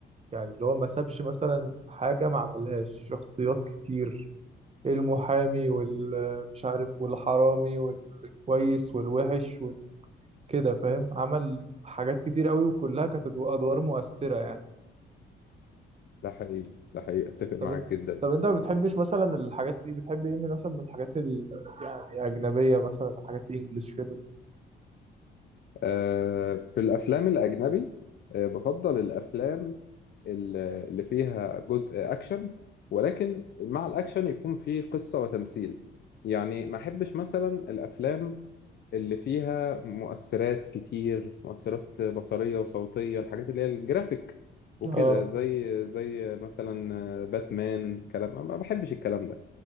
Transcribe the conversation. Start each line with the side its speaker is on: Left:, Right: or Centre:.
Right: يعني اللي هو ما سابش مثلا حاجه ما عملهاش شخصيات كتير المحامي والمش عارف والحرامي والكويس والوحش وكده فاهم عمل حاجات كتير قوي وكلها كانت ادوار مؤثره يعني
Left: ده حقيقي ده حقيقي أتفق
Right: طب
Left: معاك
Right: انت
Left: جدا
Right: طب انت ما بتحبش مثلا الحاجات دي بتحب ايه من مثلا من الحاجات ال... يعني اجنبيه مثلا حاجات انجلش كده
Left: آه، في الأفلام الأجنبي آه، بفضل الأفلام ال- اللي فيها جزء اكشن ولكن مع الاكشن يكون فيه قصة وتمثيل يعني ما احبش مثلا الافلام اللي فيها مؤثرات كتير مؤثرات بصرية وصوتية الحاجات اللي هي الجرافيك وكده
Right: اه
Left: زي زي مثلا باتمان كلام ما بحبش الكلام ده